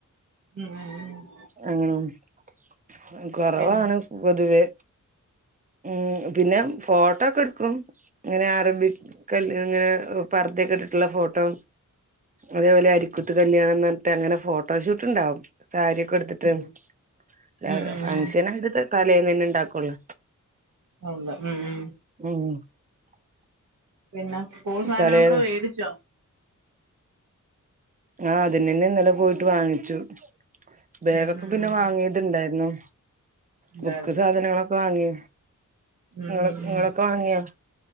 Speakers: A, on the right (about 70°); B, on the right (about 25°).
A: ഉം ഉം ഉം
B: ആഹ് കൊറവാണ്
A: പിന്നെ
B: പൊതുവേ ഉം പിന്നെ ഫോട്ടോക്കെടുക്കും ഇങ്ങനെ അറബിക് കല്ല്യ ഇങ്ങനെ പർത ഒക്കെ ഇട്ടിട്ടുള്ള ഫോട്ടോ അതേപോലെ അരിക്കുത്ത് കല്യാണന്ന് പറഞ്ഞിട്ട് അങ്ങനെ ഫോട്ടോ ഷൂട്ടുണ്ടാവും. സാരിയൊക്കെ ഉടുത്തിട്ട്
A: ഉം ഉം
B: അല്ല
A: ഉം ഉം
B: ഫങ്ക്ഷനൊക്കെ തലേന്നന്നെ ഉണ്ടാക്കുള്ളൂ
A: ഉണ്ട് ഉം ഉം
B: ഉം
A: പിന്നെ സ്ക്കൂൾ സാധന
B: തലേന്ന്
A: ഒക്കെ വേടിച്ചോ
B: ആഹ് അതിനന്നെ ഇന്നലെ പോയിട്ട് വാങ്ങിച്ചു ബാഗൊക്കെ
A: ഉം ഉം
B: പിന്നെ
A: ഉം
B: വാങ്ങിട്ടിണ്ടായിരുന്നു.
A: ഉണ്ടായിരുന്നു
B: ബുക്ക് സാധനങ്ങളൊക്കെ വാങ്ങി
A: ഉം
B: നിങ്ങള്
A: ഉം ഉം
B: നിങ്ങളൊക്കെ വാങ്ങിയോ